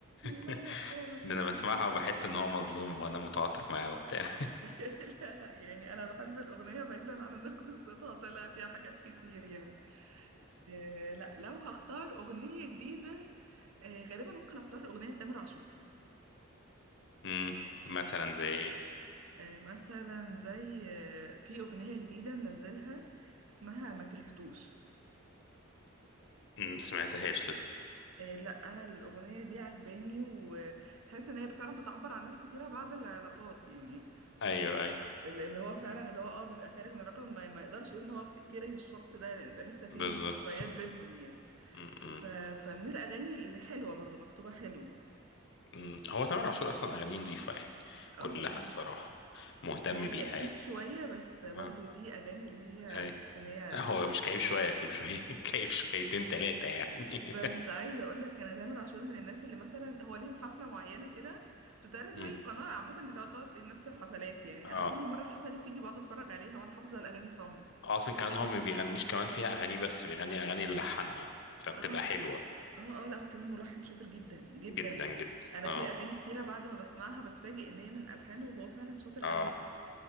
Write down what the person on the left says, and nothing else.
<laughs>
ده انا بسمعها
وبحس ان هو مظلوم وانا متعاطف معاه وبتاع
<laughs> امم مثلا زي ايه
امم سمعتهاش لسه
ايوه ايوه
بالظبط
امم
أمم. هو تامر عاشور اصلا اغانيه نضيفه يعني
كلها
الصراحه مهتم
بيها
يعني
اه
ايوه
لا هو مش كئيب شويه كئيب شويه <laughs> كئيب شويتين ثلاثه يعني
<laughs>
أمم.
اه
آه، اصلا كمان هو ما بيغنيش كمان فيها اغاني بس بيغني اغاني اللي لحنها فبتبقى
حلوه
جدا جدا
اه
اه